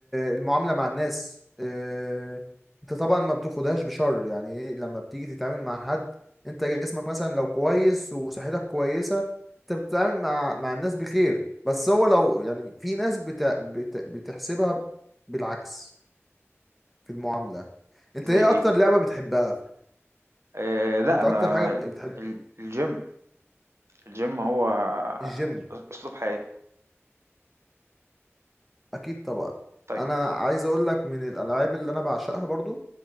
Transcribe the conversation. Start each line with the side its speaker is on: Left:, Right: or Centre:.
Centre: المعاملة مع الناس آه، انت طبعا ما بتاخدهاش بشر يعني ايه لما بتيجي تتعامل مع حد انت جسمك مثلا لو كويس وصحتك كويسة انت بتتعامل مع مع الناس بخير بس هو لو يعني في ناس بت... بت... بتحسبها بالعكس في المعاملة انت
Right: زي
Centre: ايه
Right: إيه؟
Centre: اكتر لعبة بتحبها
Right: آآ لأ
Centre: انت
Right: أنا
Centre: اكتر حاجة بت- بتحب
Right: ال الgym، الgym هو
Centre: الجيم
Right: أس أسلوب حياة.
Centre: اكيد طبعا
Right: طيب
Centre: انا عايز اقول لك من الالعاب اللي انا بعشقها برضو